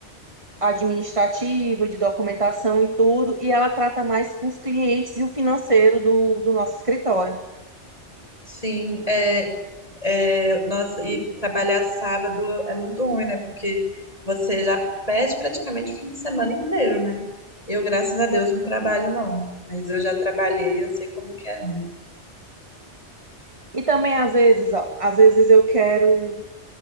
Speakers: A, on the right; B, on the left.
A: administrativa, de documentação e tudo, e ela trata mais com os clientes e o financeiro do, do nosso escritório.
B: sim, é, é, nossa, e trabalhar sábado é muito ruim, né? Porque você já perde praticamente o fim de semana inteiro, né? Eu, graças a Deus, não trabalho, não, mas eu já trabalhei, eu sei como que é ruim.
A: E também, às vezes, ó, às vezes eu quero.